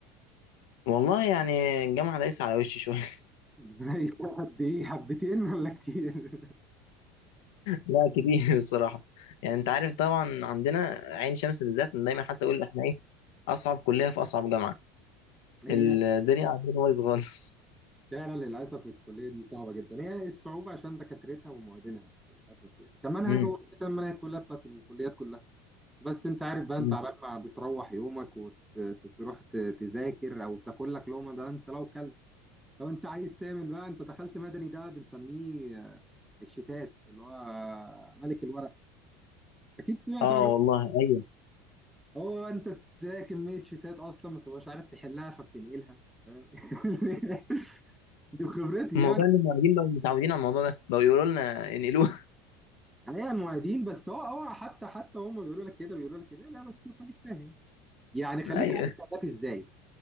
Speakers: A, on the left (about 75°); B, in the centre.
A: والله يعني الجامعه دايسه على وشي شويه <laughs>
B: <laughs> زي قد ايه حبتين ولا كتير؟
A: لا كتير بصراحه يعني انت عارف طبعا عندنا عين شمس بالذات أنا دايما حتى اقول احنا ايه اصعب كليه في اصعب جامعه
B: <laughs> هي
A: الدنيا عندنا بايظ خالص
B: فعلا للأسف الكلية دي صعبة جدا هي إيه الصعوبة عشان دكاترتها ومعيدينها للأسف يعني كمنهج
A: مم.
B: هو كان منهج كلها بتاعت الكليات كلها بس انت عارف بقى
A: مم.
B: انت عبال ما بتروح يومك وتروح تذاكر او تاكل لك لقمه ده انت لو كلت لو انت عايز تعمل بقى انت دخلت مدني ده بنسميه آه، الشتات اللي هو آه، ملك الورق اكيد سمعت
A: اه
B: حاجه
A: والله ايوه
B: هو انت تلاقي كميه شتات اصلا ما تبقاش عارف تحلها فبتنقلها فاهم؟ <laughs> دي خبرتي
A: الموضوع
B: يعني
A: ان المعيدين بقوا متعودين على الموضوع ده بقوا يقولوا لنا انقلوها
B: عليها المعيدين بس هو هو حتى حتى هم بيقولوا لك كده بيقولوا لك كده لا بس خليك فاهم يعني خليك
A: <laughs> ايوه
B: عارف شغالات ازاي